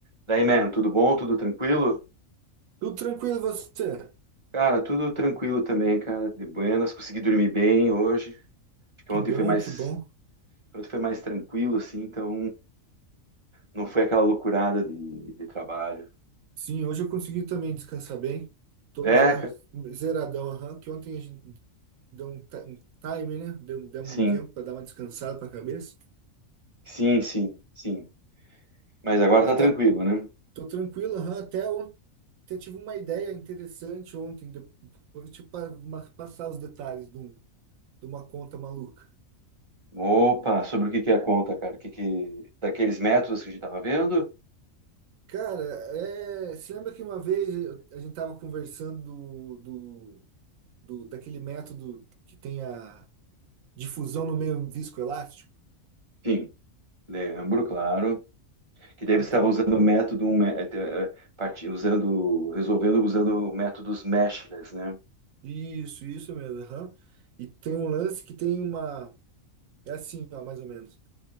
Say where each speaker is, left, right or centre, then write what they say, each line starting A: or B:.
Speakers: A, on the right (about 30°); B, on the right (about 85°).
A: Daí, mano, tudo bom? Tudo tranquilo?
B: Tudo tranquilo, e você?
A: Cara, tudo tranquilo também, cara. De buenas, consegui dormir bem hoje. Acho que
B: Que
A: ontem
B: bom,
A: foi mais,
B: que bom.
A: ontem foi mais tranquilo, assim, então não foi aquela loucurada de, de trabalho.
B: Sim, hoje eu consegui também descansar bem. Tô
A: É,
B: já
A: cara.
B: zeradão, aham, que ontem a gente deu um, ti- um time, né? Deu, demos
A: Sim,
B: um tempo para dar uma descansada para a cabeça.
A: sim, sim, sim. Mas agora
B: Eu
A: tá
B: até
A: tranquilo, né?
B: tô tranquilo, aham, até ontem até tive uma ideia interessante ontem, depois de passar os detalhes de, um- de uma conta maluca.
A: Opa, sobre o que que é a conta, cara? O que que... Daqueles métodos que a gente tava vendo?
B: Cara, é, você lembra que uma vez eu- a gente tava conversando do, do, do- daquele método que tem a Difusão no meio viscoelástico?
A: Sim, lembro, claro. Que daí
B: Então,
A: você estava usando o método, um mé- eh, eh, parti- usando, resolvendo usando métodos meshless, né?
B: isso, isso mesmo. aham. E tem um lance que tem uma. É assim, ó, mais ou menos.